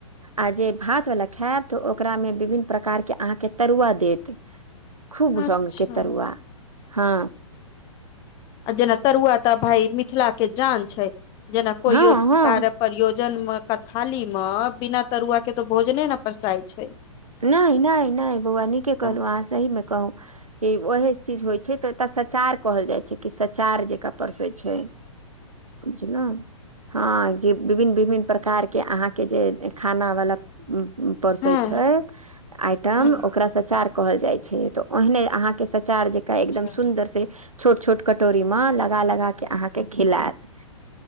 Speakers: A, on the right; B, on the left.
A: आ जे भातवला खायब तऽ ओकरा में विभिन्न प्रकारके अहाँके तरुआ देत खूब
B: अच्छा
A: रंगके तरुआ हँ
B: जेना तरुआ तऽ भाय मिथिला के जान छै जेना कोइो
A: हँ हँ
B: कारक प्रयोजन मे क थाली मे बिना तरुआ के तो भोजने ने पसाई छै
A: नय नय नय बौआ नीके
B: तऽ
A: कहलहुँ अहाँ सहीमे कहू कि ओहे चीज होइ छै तऽ ओतय सचार कहल जाइ छै कि सचार जकरा परसै छै बुझलो हँ जे विभिन्न विभिन्न प्रकारके अहाँके जे खाना वला <unintelligible> पररसे
B: हँ
A: छै आइटम
B: हँ
A: ओकरा सचार कहल जाइत छै तऽ ओहने अहाँके के सचार जेका
B: अच्छा
A: एकदम सुंन्दर से छोट छोट कटोरी मे लगा लगा के अहाँके खिलायत